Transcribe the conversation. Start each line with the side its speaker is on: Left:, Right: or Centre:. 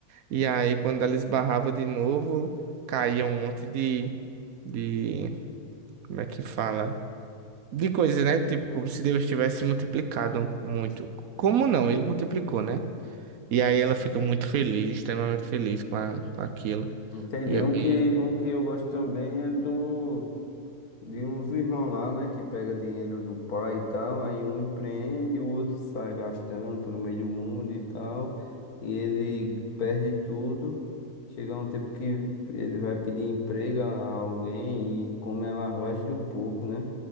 Right: E aí, quando ela esbarrava de novo, caía um monte de. De. Como é que fala? de coisas, né? Tipo, como se Deus tivesse multiplicado muito. Como não? Ele multiplicou, né? E aí ela fica muito feliz, extremamente feliz com, a- com aquilo.
Left: Entendi.
Right: E é
Left: Um
Right: bem.
Left: que, um que eu gosto também é do. De uns irmãos lá, né, que pega dinheiro do pai e tal, aí um empreende, o outro sai gastando pelo meio do mundo e tal, e ele perde tudo. Chega um tempo que ele vai pedir emprego a alguém e come a lavagem do porco, né?